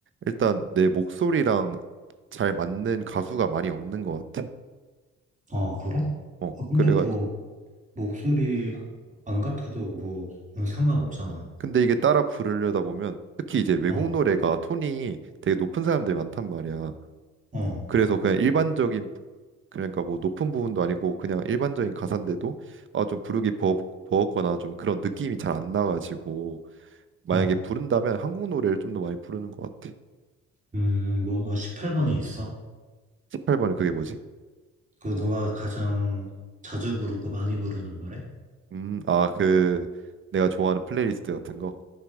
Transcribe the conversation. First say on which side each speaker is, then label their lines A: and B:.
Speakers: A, on the right; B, on the right.
A: 일단 내 목소리랑 잘 맞는 가수가 많이 없는 것 같아.
B: 어, 그래?
A: 어,
B: 아, 근데
A: 그래가지고
B: 뭐 목소리 안 같아도 뭐 그건 상관없잖아.
A: 근데 이게 따라 부르려다 보면 특히 이제 외국
B: 어,
A: 노래가 톤이 되게 높은 사람들이 많단 말이야.
B: 어,
A: 그래서 그냥 일반적인 그러니까 뭐 높은 부분도 아니고 그냥 일반적인 가사인데도 아 좀 부르기 버, 버겁거나 좀 그런 느낌이 잘 안 나가지고 만약에
B: 어.
A: 부른다면 한국 노래를 좀 더 많이 부르는 것 같아.
B: 음, 뭐 18번이 있어?
A: 1 8번에 그게 뭐지?
B: 그 너가 가장 자주 부르고 많이 부르는 노래?
A: 음, 아, 그 내가 좋아하는 플레이리스트 같은 거.